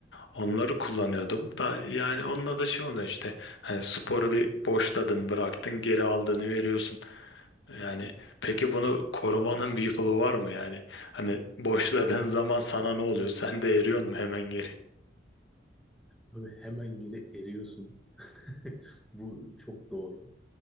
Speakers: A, on the left; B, in the centre.
A: Onları kullanıyordum da yani onunla da şey oluyor işte hani sporu bir boşladın bıraktın geri aldığını veriyorsun. Yani peki bunu korumanın bir yolu var mı yani? Hani boşladığın zaman sana ne oluyor? Sen de eriyorsun mu hemen geri?
B: Abi hemen geri eriyorsun. <laughs> Bu çok doğru.